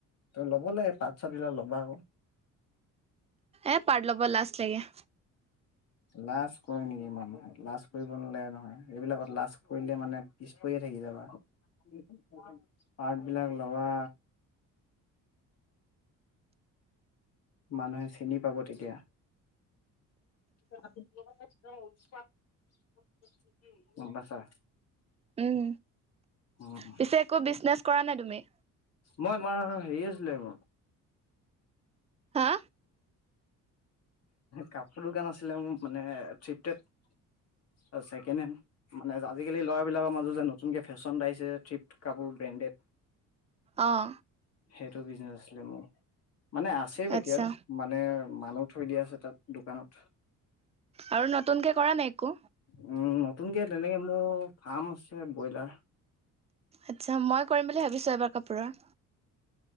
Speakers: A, on the left; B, on the right.
A: ত ল'ব লাগে পাত চাতবিলাক ল'বা আকৌ।
B: এ পাৰট ল'ব লাষ্ট লাগে।
A: লাজ কৰে নেকি মানুহে লাজ কৰিব নালাগে নহয় এইবিলাকত লাজ কৰিলে মানে পিছ পৰিয়ে থাকি যাবা, পাত বিলাক লবা। মানুহে চিনি পাব তেতিয়া। <unintelligible> গম পাইছা?
B: উম
A: উম
B: পিছে একো বিজনেচ কৰা নাই তুমি?
A: মই মই হেৰি আছিলে মোৰ।
B: হা
A: কাপোৰ দোকান আছিলে মোৰ মানে <unintelligible> ছেকেণ্ড হেণ্ড মানে আজিকালি ল'ৰাবলাকৰ মাজত যে নতুনকে ফেশ্বনত আহিছে <unintelligible> কাপোৰ ব্ৰেণ্ডেড
B: অঁ।
A: সেইটো বিজনেচ আছিলে মোৰ মানে। আছে
B: আচ্ছা
A: এতিয়া মানে মানুহ থৈ দিয়া আছে তাত দোকানত।
B: আৰু নতুনকে কৰা নাই একো
A: উম নতুনকে তেনেকে মোৰ। ফাৰ্ম আছে ব্ৰইলাৰ।
B: আচ্ছা মই কৰিম বুলি ভাবিছো এবাৰ কাপোৰৰ।